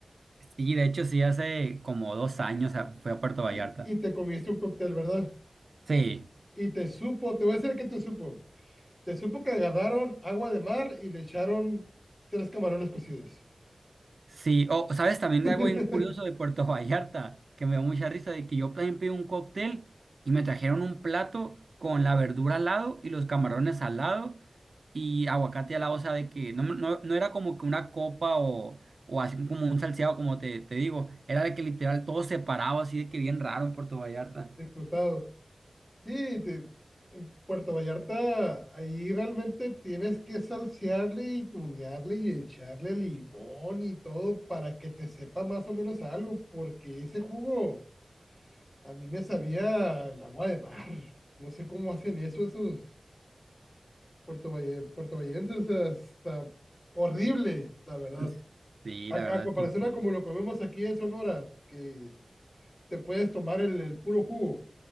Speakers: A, on the right; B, on the left.
A: Sí, de hecho, sí, hace como dos años a- fui a Puerto
B: y,
A: Vallarta.
B: y te comiste un cóctel, ¿verdad?
A: Sí,
B: Y te supo, te voy a decir que te supo. Te supo que agarraron agua de mar y le echaron tres camarones cocidos.
A: sí. O, ¿sabes? También
B: <laughs>
A: algo bien curioso de Puerto <laughs> Vallarta, que me dio mucha risa, de que yo también pedí un cóctel y me trajeron un plato con la verdura al lado y los camarones al lado. y aguacate al lado, o sea, de que no, no, no era como que una copa o, o así como un salseado, como te, te digo, era de que literal todo separado, así de que bien raro en Puerto Vallarta.
B: Explotado. Sí, te- en Puerto Vallarta, ahí realmente tienes que salsearle y tunearle y echarle limón y todo para que te sepa más o menos algo, porque ese jugo a mí me sabía el agua de mar. No sé cómo hacen eso esos puertovalle- puertovallenses, o sea, está horrible, la verdad.
A: <laughs> Sí,
B: A,
A: la verdad
B: a comparación
A: es que sí.
B: a como lo comemos aquí en Sonora, que te puedes tomar el, el puro jugo